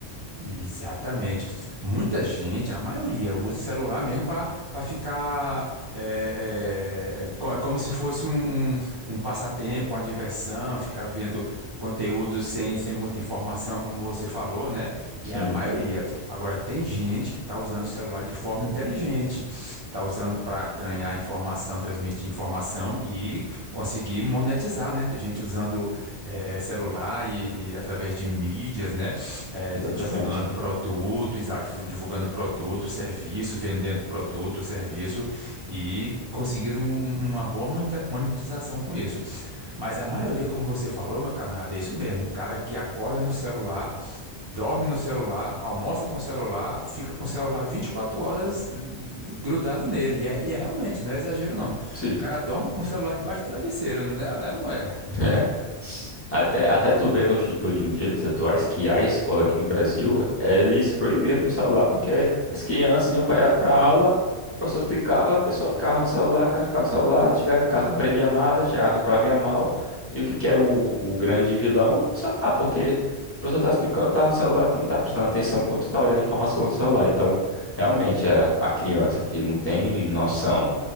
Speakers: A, on the right; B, on the left.
A: Exatamente. Muita gente, a maioria, usa o celular mesmo para para ficar. É, é, é co- é como se fosse um, um, um passatempo, uma diversão, ficar vendo conteúdo sem, sem muita informação, como você falou, né? E
B: Sim,
A: é a maioria. Agora, tem gente que está usando o celular de forma inteligente, está usando para ganhar informação, transmitir informação e conseguir monetizar, né? Tem gente usando é, celular e e através de mídias, né? é,
B: exatamente.
A: d- divulgando produto, exato, divu- divulgando produto, serviço, vendendo produto, serviço e conseguindo um- um, uma boa moneta- monetização com isso. Mas a maioria, como você falou, meu camarada, é isso mesmo, o cara que acorda no celular, dorme no celular, almoça com o celular, fica com o celular 24 horas l- grudado nele. E é, e é realmente, não é exagero não.
B: Sim.
A: O cara dorme com o celular debaixo do travesseiro, não é, é ou não é?
B: <laughs> Até, até tu vê hoje, hoje em dia, nos atuais, que a escola aqui no Brasil, eh, eles proibiram o celular, porque as crianças iam para a aula, o professor explicava, a pessoa ficava no celular, a criança ficava no celular, chegava em casa, não aprendia nada, chegava na prova ia mal. E o que que era o, o grande vilão? O celular, porque o professor tá explicando, tá no celular, tu não tá prestando atenção quando tu tá olhando a informação no celular. Então, realmente, a, a criança que não tem noção,